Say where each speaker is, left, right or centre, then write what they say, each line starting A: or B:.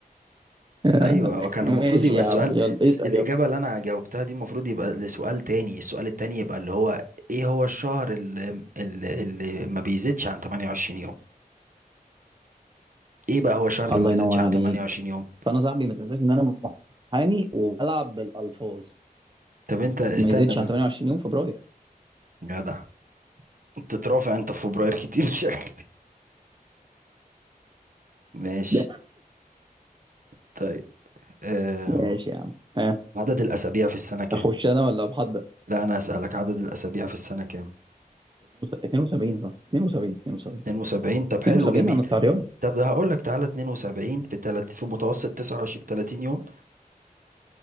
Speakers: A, on the right; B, on the right.
A: آخ،
B: ايوه وكان
A: ماشي
B: المفروض يبقى
A: يا
B: السؤال
A: عم يلا
B: الس-
A: اسأل
B: الاجابه
A: يلا
B: اللي انا جاوبتها دي المفروض يبقى لسؤال تاني السؤال التاني يبقى اللي هو ايه هو الشهر اللي, اللي, اللي ما بيزيدش عن 28 يوم ايه بقى هو الشهر اللي
A: الله
B: ما بيزيدش
A: ينور
B: عن
A: عليك
B: 28 يوم
A: فأنا صاحبي ما تنساش إن أنا محامي وبلعب بالألفاظ
B: طب انت استنى
A: ما يزيدش عن
B: بس
A: 28 يوم فبراير
B: يا جدع بتترافع انت في فبراير كتير <laughs> شكلك ماشي
A: <laughs> ده
B: طيب أم.
A: ماشي يا عم ها
B: عدد الاسابيع في السنه كام
A: أخش أنا ولا محضر
B: لا انا اسالك عدد الاسابيع في السنه كام
A: 72 صح 72 72
B: 72 طب
A: 72
B: حلو جميل
A: أنا بتاع رياضة
B: طب ده هقول لك تعالى 72 في تلت في متوسط 29 30 يوم